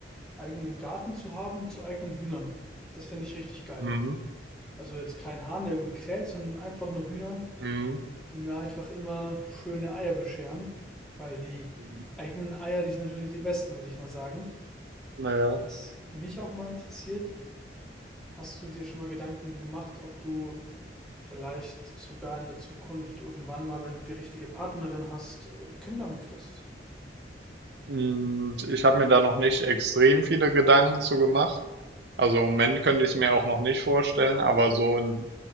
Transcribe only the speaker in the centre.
eigenen Garten zu haben mit so eigenen Hühnern. Das finde ich richtig geil.
Also jetzt kein Hahn, der irgendwie kräht, sondern einfach nur Hühner,
die mir einfach immer schöne Eier bescheren, weil die
eigenen Eier, die sind natürlich die besten, würde ich mal sagen.
Was mich auch mal interessiert, Hast du dir schon mal Gedanken gemacht, ob du vielleicht sogar in der Zukunft irgendwann mal, wenn du die richtige Partnerin hast, äh, Kinder möchtest?